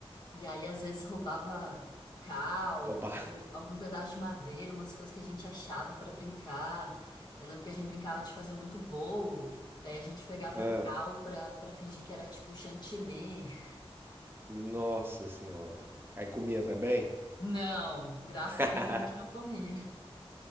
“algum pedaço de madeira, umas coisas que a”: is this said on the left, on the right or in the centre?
Left